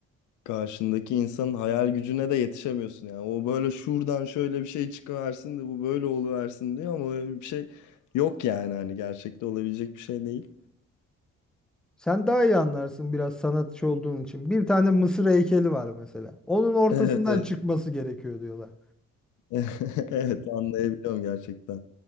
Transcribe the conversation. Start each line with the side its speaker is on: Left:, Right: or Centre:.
Left: Karşındaki insanın hayal gücüne de yetişemiyorsun yani. O böyle şuradan şöyle bir şey çıkıversin de bu böyle oluversin diyor ama öyle bir şey yok yani hani gerçekte olabilecek bir şey değil.
Centre: Sen daha iyi anlarsın biraz sanatçı olduğun için. Bir tane Mısır heykeli var mesela. Onun ortasından
Left: Evet evet.
Centre: çıkması gerekiyor diyorlar.
Left: <laughs> Evet anlayabiliyorum gerçekten.